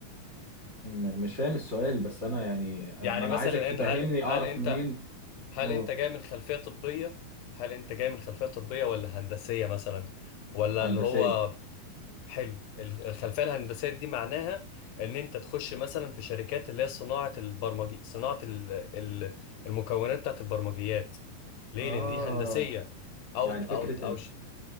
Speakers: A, on the right (about 35°); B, on the left (about 80°).
A: م- مش فاهم السؤال بس انا يعني
B: يعني
A: آه، ما انا
B: مثلا
A: عايزك تفهمني
B: ان هل
A: اعرف
B: هل انت
A: منين
B: هل
A: اوه
B: انت جاي من خلفيه طبيه هل انت جاي من خلفيه طبيه ولا هندسيه مثلا ولا
A: هندسيه
B: اللي هو حلو ال- الخلفيه الهندسيه دي معناها ان انت تخش مثلا في شركات اللي هي صناعه البرمجي صناعه ال- ال- المكونات بتاعت البرمجيات ليه
A: اه
B: لان دي هندسيه او
A: يعني
B: او
A: فكره
B: او ش...